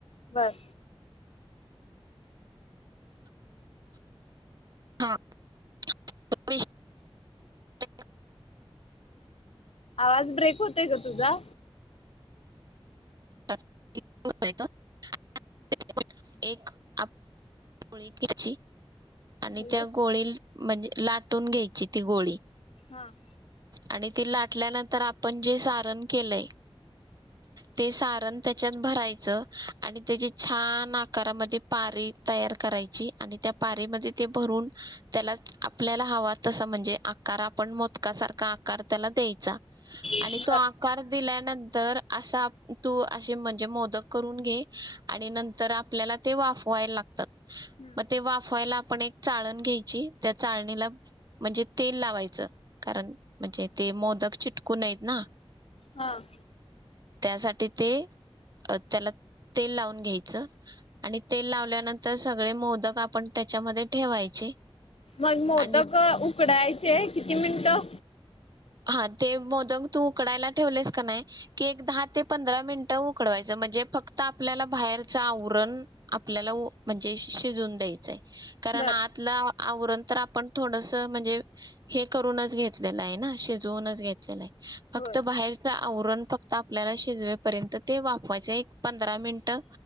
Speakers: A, on the left; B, on the right.
A: बर
B: हा <unintelligible>
A: आवाज ब्रेक होतय ग तुझा
B: <unintelligible> <unintelligible> एक आप पळी घ्याची आणि
A: हॅलो
B: त्या गोळी म्हणजे लाटून घ्यायची ती गोळी
A: हाअ्ं
B: आणि ती लाटल्यानंतर आपण जे सारण केलंय ते सारण त्याच्यात भरायचं आणि त्याची छान आकारामध्ये पारी तयार करायची आणि त्या पारी म ते भरून त्याला आपल्याला हवा तस म्हणजे आकार आपण मोदका सारखा आकार त्याला द्या
A: बर
B: आणि तो आकार दिला नंतर असा तू असे म्हणजे मोदक करून घे आणि नंतर आपल्याला ते वाफवायला
A: हम्म
B: मग ते वाफवायला आपण एक चाळण घ्यायची त्या चाळ <unintelligible> म्हणजे तेल लावायच कारण म्हणजे ते मोदक चिटकून नायत ना
A: हा अ्ं
B: त्यासाठी ते त्याला तेल लावून घ्यायचं आणि तेल लावल्यानंतर तर सगळे मोदक आपण त्याच्यामध्ये ठेवायचे
A: मग मोदक
B: आणि
A: उकडायचे किती मिनटं?
B: हा ते मोदक तू उकडायला ठेवलेस का नाही? की एक दहा ते पंधरा मिनटं उकडवायचं म्हणजे फक्त आपल्याला बाहेरच आवरण आपल्याला ओ म्हणजे शिजून द्यायचाय. कारण
A: बर
B: आतला आवरण तर आपण थोडस म्हणजे हे करूनच घेतलेलं आय ना शि जूनच घेतलेल आय. फक्त
A: होय
B: बाहेरच आवरण फक्त आपल्याला शिजवेपर्यंत ते वाफवायचय. पंधरा मिनटं